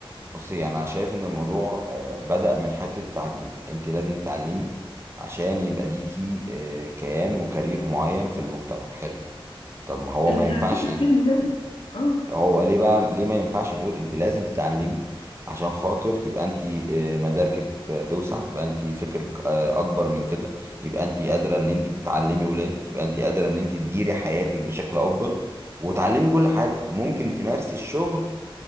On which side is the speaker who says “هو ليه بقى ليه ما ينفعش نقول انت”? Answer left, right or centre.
Right